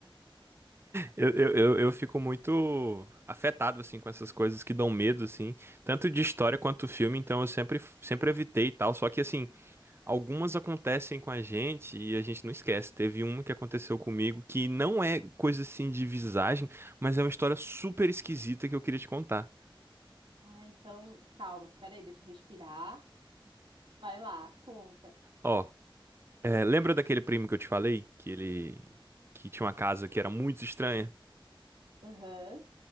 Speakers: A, on the right (about 25°); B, on the right (about 80°).
A: Eu, eu, eu, eu fico muito afetado, assim, com essas coisas que dão medo, assim, tanto de história quanto filme, então eu sempre, sempre evitei e tal. Só que, assim, algumas acontecem com a gente e a gente não esquece. Teve uma que aconteceu comigo que não é coisa, assim, de visagem, mas é uma história super esquisita que eu queria te contar.
B: Ah, então, calma, peraí, deixa eu respirar. Vai lá, conta.
A: Ó, é, lembra daquele primo que eu te falei? Que ele... que tinha uma casa que era muito estranha?
B: Aham,